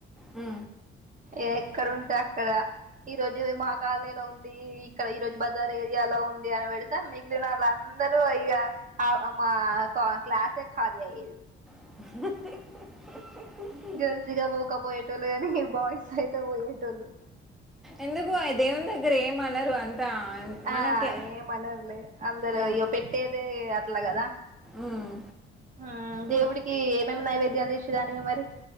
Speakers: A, in the centre; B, on the right.
A: ఉ
B: ఏ ఎక్కడ ఉంటే అక్కడ ఈ రోజు మా కాలనీలో ఉంది ఇక్కడ ఈ రోజు బజార్ ఏరియాలో ఉంది అనిబడి మిగిలిన వాళ్ళ అందరూ అయ మా క్లాసే ఖాళీ అయ్యేది
A: అహ
B: గర్ల్స్ ఈగ పోకపోయేటోలు గాని బాయ్స్ అయితే పోయేటోళ్ళు
A: ఎందుకు ఆ దేవుని దగ్గర ఏమనరు మనకే
B: ఆ ఏమనర్లే అందరు
A: అవును
B: ఇయ్యో పెట్టేదే అట్లా కదా
A: ఉమ్
B: ఆ
A: ఉమ్.
B: దేవుడికి ఏమేమి నైవేద్యాలు చేసేదాన్నివి మరి